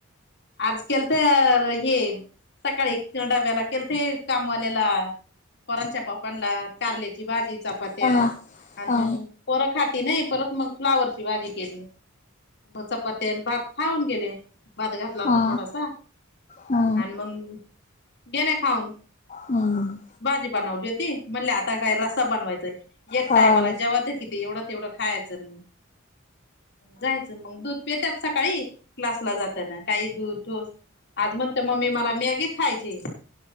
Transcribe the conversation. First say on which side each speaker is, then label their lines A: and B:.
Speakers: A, on the left; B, on the left.
A: आज केलत हे सकाळी ते डाब्याला केलते कामवाल्याला पोरांच्या पपांला कारल्याची भाजी चपात्या
B: हा
A: आणि
B: हा
A: मंग पर खाती नाही परत मग फ्लावरची भाजी केली चपात्या भात हाऊन गेले भद घातला होता
B: हा
A: थोडासा
B: हा हा
A: आणि मग गेल्या खाऊन
B: हम्
A: जी बनवली होती म्हण आता काय रसा बनवायचाय एक
B: हा
A: टायमला जेव्हा किती एवढा तेवढं खायचं जायचं मग दूध येतात सकाळी क्लासला जातना काही दूर ठोस आज म्हणते मम्मी मला मॅगीच खायची